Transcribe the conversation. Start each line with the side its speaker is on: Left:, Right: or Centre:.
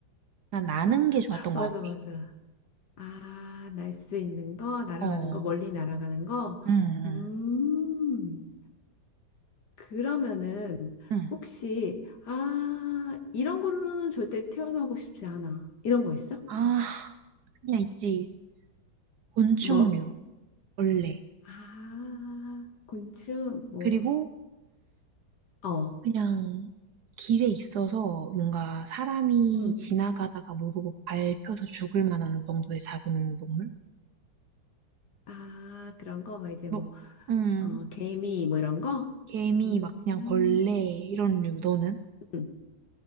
Right: 난 나는 게 좋았던
Left: 맞아,
Right: 것 같아.
Left: 맞아. 아, 날 수 있는 거, 날아가는
Right: 어,
Left: 거, 멀리 날아가는 거.
Right: 응, 응,
Left: 음, 그러면은
Right: 응.
Left: 혹시 아, 이런 거로는 절대 태어나고 싶지 않아. 이런 거 있어?
Right: 아, 그냥 있지. 곤충류,
Left: 뭐?
Right: 벌레.
Left: 아, 곤충, 뭐,
Right: 그리고
Left: 어,
Right: 그냥 길에 있어서 뭔가 사람이
Left: 응.
Right: 지나가다가 모르고 밟혀서 죽을 만한 정도의 작은 동물?
Left: 아, 그런 거, 뭐 이제
Right: 너,
Left: 뭐,
Right: 음,
Left: 어, 개미, 뭐 이런 거?
Right: 개미,
Left: 음,
Right: 막 그냥 벌레, 이런 류, 너는?
Left: 음.